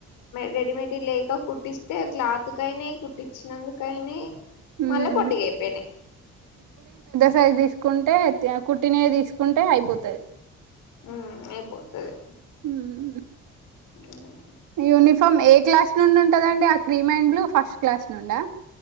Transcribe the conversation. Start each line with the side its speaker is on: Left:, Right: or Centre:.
Left: రెడీమేడ్ లేక కుట్టిస్త అయితే క్లాత్ కైనా కుట్టించినందుకైనా
Right: ఉమ్.
Left: మళ్ళ పొటిగా అయిపోయిన
Right: సైజ్ తీసుకుంటే కుట్టినేది తీసుకుంటే అయిపోతుది
Left: ఉ ఏపోతుది
Right: ఉమ్.
Left: అ
Right: యూనిఫామ్ ఏ క్లాస్ నుండి ఉంటదండి ఆ cream and blue first class నుండా